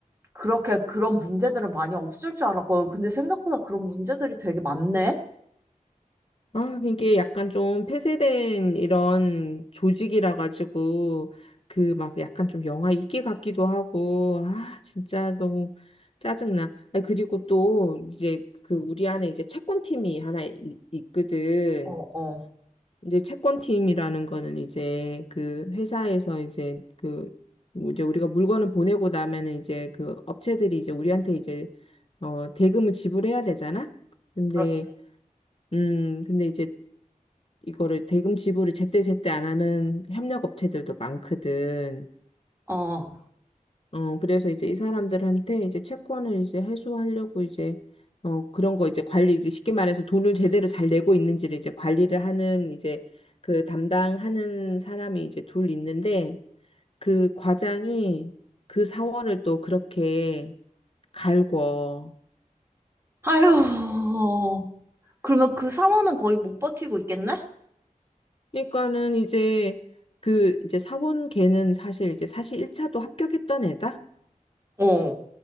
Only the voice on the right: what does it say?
그렇게 그런 문제들은 많이 없을 줄 알았거든. 근데 생각보다 그런 문제들이 되게 많네?
어, 어.
그렇지.
어.
아휴. 그러면 그 사원은 거의 못 버티고 있겠네?
어,